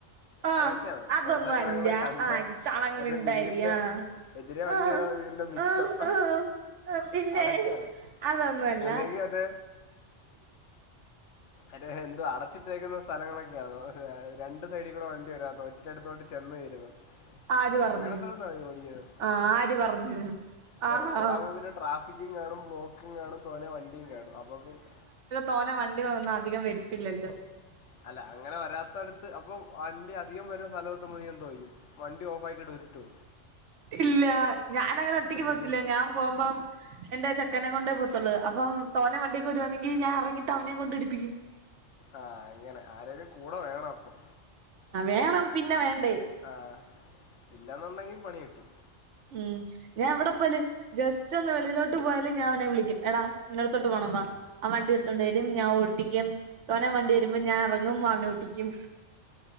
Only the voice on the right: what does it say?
ആഹ്
അതൊന്നും
അല്ല
ആഹ് ചളങ്ങ്
മിണ്ടായിരി
ആഹ്
ആഹ്
ആഹ്
ആഹ് ആഹ് പിന്നെ
അതൊന്നും അല്ല
ആര് പറഞ്ഞ്
ആഹ് ആര് പറഞ്ഞ്
ആഹാ
തോന വണ്ടികളൊന്നും അധികം വരുത്തില്ലല്ലോ
ഇല്ല ഞാനങ്ങനെ ഒറ്റക്ക് പോത്തില്ല
ഞാൻ പോകുമ്പം എന്റെ ചക്കനെ കൊണ്ട പോത്തുള്ളു അപ്പം തോന വണ്ടിയൊക്ക വരുവാണെങ്കി ഞാൻ അറങ്ങീട്ട് അവനെ കൊണ്ട് ഇടിപ്പിക്കും.
ആ വേണം പിന്നെ വേണ്ടേ
ഉം, ഞാൻ എവടെ പോല് ജസ്റ്റ് ഒന്ന് വെള്ളിലോട്ട് പോയാല് ഞാ അവനെ വിളിക്കും എടാ ഇന്നട്ത്തോട്ട് പോണം വാ ആ വണ്ടി എടുത്തോണ്ട് വരും ഞാൻ ഓട്ടിക്കും, തോനെ വണ്ടി വരുമ്പോ ഞാൻ അറങ്ങും, അവനെ ഓട്ടിക്കും.